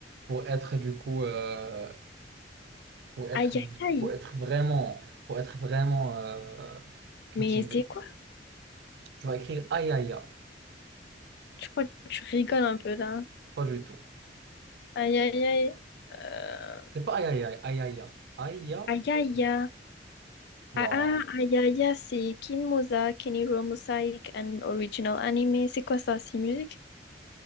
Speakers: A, on the right; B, on the left.
A: pour être du coup euh, pour être
B: Aïe, aïe, aïe.
A: pour être vraiment pour être vraiment euh, cultivé
B: Mais c'est quoi?
A: tu vas écrire aïe aïe aïe.
B: Je crois que tu rigoles un peu là.
A: pas du tout
B: Aïe, aïe, aïe. Euh...
A: c'est pas aïe aïe aïe aïe aïe aïe aïe.
B: Aïe, aïe,
A: aïe.
B: aïe. Ah,
A: Waouh.
B: ah, aïe, aïe, aïe, c'est Kinmoza, Keniro Mosaic, and original anime. C'est quoi ça? C'est musique?